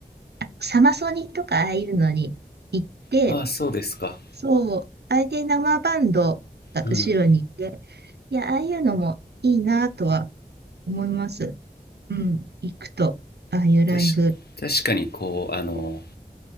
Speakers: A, on the right; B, on the left.
A: サマソニとかああいうのに行って、
B: ああ、そうですか、
A: そう、あれで生バンドが後ろにいて、
B: うん、
A: いや、ああいうのもいいなとは思います。うん、行くと、ああいうライブ、
B: たし確かにこう、あの、